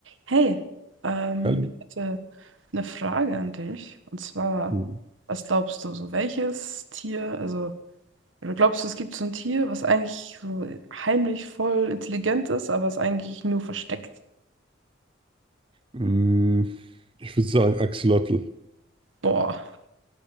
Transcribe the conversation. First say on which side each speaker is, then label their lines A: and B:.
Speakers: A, on the right; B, on the right.
A: Hey, ähm,
B: Hallo.
A: ich hätte eine Frage an dich. Und zwar,
B: Hm.
A: was glaubst du, so welches Tier, also, oder glaubst du, es gibt so ein Tier, was eigentlich so heimlich voll intelligent ist, aber es eigentlich nur versteckt?
B: Mm, Ich würde sagen Axolotl.
A: Boah,